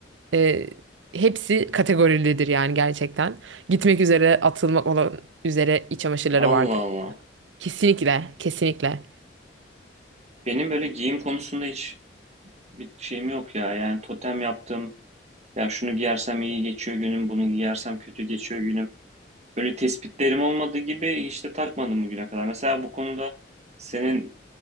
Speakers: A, on the right (about 85°); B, on the right (about 35°).
A: E, hepsi kategorilidir yani gerçekten. Gitmek üzere, atılmak olan üzere iç çamaşırları
B: Allah
A: vardır.
B: Allah.
A: Kesinlikle, kesinlikle.
B: Benim böyle giyim konusunda hiç bir şeyim yok ya. Yani totem yaptım. Ya şunu giyersem iyi geçiyor günüm, bunu giyersem kötü geçiyor günüm. Öyle tespitlerim olmadığı gibi işte takmadım bugüne kadar. Mesela bu konuda senin